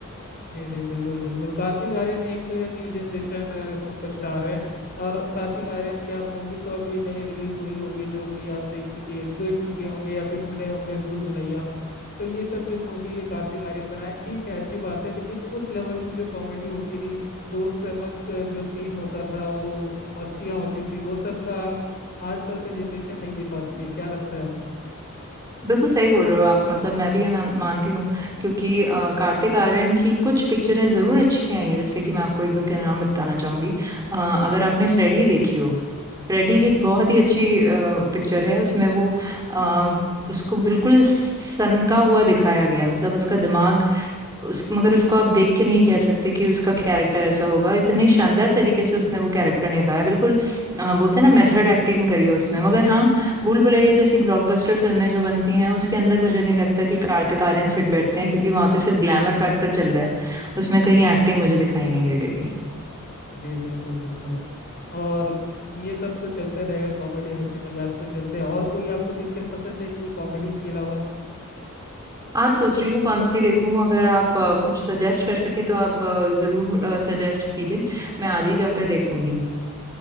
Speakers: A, on the left (about 45°); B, on the right (about 15°).
A: जी जी बिल्कुल बिल्कुल कार्तिक आर्यन एक न्यू जनरेशन सुपरस्टार है और कार्तिक आर्यन की आप मूवी तो अभी नई रिलीज हुई होगी जो कि आप देख चुके देख चुके होंगे या फिर सुने होंगे भूल भुलैया तो ये सब जो मूवी कार्तिक आर्यन बनाया ठीक है अच्छी बात है लेकिन उस लेवल की जो कॉमेडी होती रही जो उस समय का जो सीन होता था वो मस्तियाँ होती थी वो सब का आजकल का जनरेशन नहीं दे पाती है क्या लगता है आपको
B: बिल्कुल सही बोल रहे हो आप मतलब मैं भी ये मान, मानती हूँ क्योंकि अ, कार्तिक आर्यन की कुछ पिक्चरें जरूर अच्छी आई हैं जैसे कि मैं आपको एक दो के नाम बताना चाहूंगी अ, अगर आपने फ्रेडी देखी हो फ्रेडी एक बहुत ही अच्छी पिक्चर है उसमें वो अ, उसको बिल्कुल सनका हुआ दिखाया गया है मतलब उसका दिमाग उस मगर उसको आप देख के नहीं कह सकते कि उसका कैरेक्टर ऐसा होगा इतने शानदार तरीके से उसने वो कैरेक्टर निभाया बिल्कुल हाँ, बोलते हैं ना मेथड एक्टिंग करी है उसमें मगर हाँ भूल भुलैया जैसी ब्लॉकबस्टर फिल्में जो बनती हैं उसके अंदर मुझे नहीं लगता कि कार्तिक आर्यन फिट बैठते हैं क्योंकि वहां पे सिर्फ ग्लैमर फैक्टर चल रहा है उसमें कहीं एक्टिंग मुझे दिखाई नहीं दे रही
A: जी बिल्कुल बिल्कुल और ये सब तो चलते रहेगा कॉमेडी हंसी मजाक तो चलते हैं और कोई आपको पिक्चर पसंद है कि कॉमेडी के अलावा
B: आज सोच रही हूँ कौन सी देखूं अगर आप अ, कुछ सजेस्ट कर सके तो आप अ, जरूर सजेस्ट कीजिए मैं आज ही जाकर देखूंगी